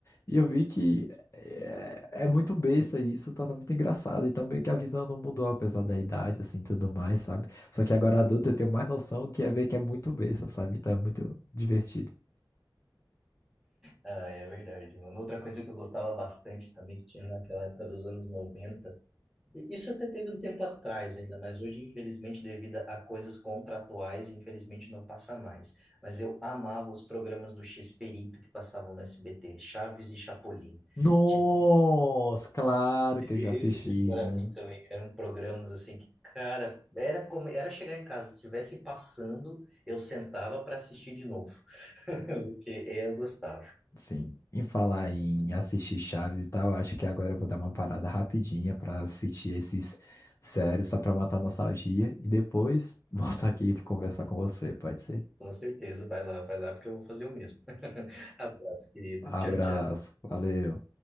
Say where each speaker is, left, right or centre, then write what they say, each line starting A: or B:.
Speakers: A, on the left (about 35°); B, in the centre.
A: e eu vi que é, é muito besta e isso torna muito engraçado, então meio que a visão não mudou, apesar da idade, assim, tudo mais, sabe? Só que agora
B: Uhum.
A: adulto eu tenho mais noção que é ver que é muito besta, sabe? Então é muito divertido.
B: Ah, é verdade, mano. Outra coisa que eu gostava bastante também, que tinha naquela época dos anos 90. e isso até teve um tempo atrás ainda, mas hoje, infelizmente, devido a coisas contratuais, infelizmente não passa mais. Mas eu amava os programas do x que passavam no SBT, Chaves e Chapolin.
A: Nossa,
B: Tipo,
A: claro
B: Esses
A: que eu já assisti,
B: para
A: né?
B: mim também eram programas assim que, cara, era como era chegar em casa, se estivesse passando, eu sentava para assistir de novo. <laughs> Porque eu gostava.
A: Sim. Em falar em assistir Chaves e tal, acho que agora eu vou dar uma parada rapidinha pra assistir esses séries só pra matar a nostalgia e depois <laughs> voltar aqui e conversar com você, pode ser?
B: Com certeza, vai lá, vai lá porque eu vou fazer o mesmo. <laughs> Abraço, querido.
A: Abraço,
B: Tchau, tchau.
A: valeu.